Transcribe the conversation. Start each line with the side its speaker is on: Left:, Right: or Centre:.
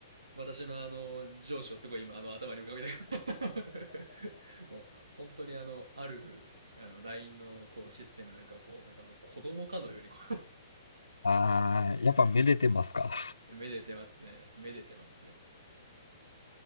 Right: 私のあの、上司をすごい今あの、頭に浮かべながら <laughs> もう、本当にあの、ある、あの、LINE のこう、システムなんかをこう、なんかもう子供かのようにこ
Left: ああ、やっぱめでてますか。
Right: う <laughs> めでてますね。めでてますね。